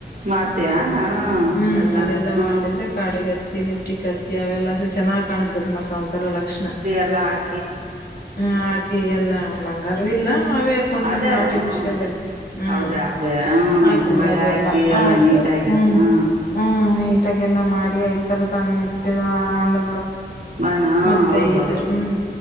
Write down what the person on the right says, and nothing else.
ಮಾಡ್ತೀಯಾ ಹಾಂ
ಎಲ್ಲ
ಹ್ಞೂ
ಎಲ್ಲಾಕ
ಅದೇ
ಹ್ಞೂ
ಹೌದಾ ಅದೇ ಹ್ಞೂ
ಬಳೆ ಹಾಕಿ
ಎಲ್ಲ ನೀಟಾಗಿ
ಹ್ಞೂ
ಮಣ್ಣು
ಹೌದಳು